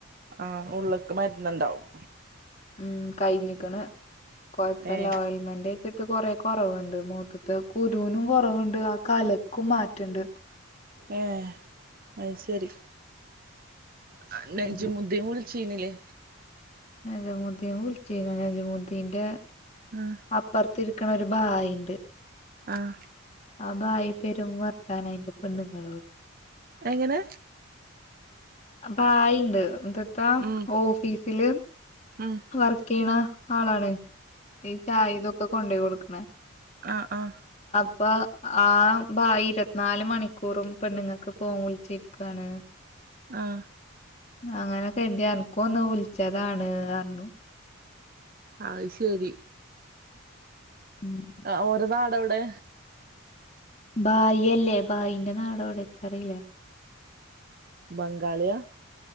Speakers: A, on the right (about 45°); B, on the left (about 30°).
A: ആ ഉള്ള്ക്ക് മരുന്നുണ്ടാവും
B: ഉം കഴിഞ്ഞിക്കണ് കൊയപ്പല്ല
A: ഏഹ്
B: ഓൽമെന്റ് വെച്ചിട്ട് കൊറെ കൊറവുണ്ട് മോത്തത്തെ കുരൂനും കൊറവുണ്ട് ആ കലക്കും മാറ്റണ്ട്
A: ഏ അയ്ശരി ആ നെജ്മുദീൻ
B: ഉം
A: വിളിച്ചീനിലേ
B: നജമുദ്ദീൻ വിളിച്ചിനു നജമുദ്ദീന്റെ
A: ആഹ്
B: അപ്പറത്തിരി ക്കണ ഒരു ഭായ്ണ്ട്
A: ആഹ്
B: ആ ഭായി പെരും വർത്താൻ അയിന്റെ പെണ്ണുങ്ങളോട്
A: എങ്ങനെ
B: അ ഭായ്ണ്ട് എന്തത്താ
A: ഉം
B: ഓഫീസില്
A: ഉം
B: വർക്ക് ചെയ്യണ ആളാണ് ഈ ചായ ഇതൊക്കെ കൊണ്ടു പോയി കൊടുക്കണ
A: ആഹ ആഹ
B: അപ്പൊ ആ ഭായി ഇരുപത്തിനാല് മണിക്കൂറും പെണ്ണുങ്ങക്ക് ഫോൺ വിളിച്ചിരിക്കാണ്
A: ആഹ
B: അങ്ങനെക്കെ എന്ത് അനക്കും ഒന്ന് വിളിച്ചതാണ് അറിഞ്ഞു
A: അത് ശരി
B: ഉം
A: ഓന്റെ നാടവിടെ
B: ബായിയല്ലേ ഭായിന്റെ നാടോവിടെക്കറിയില
A: ബംഗാളിയ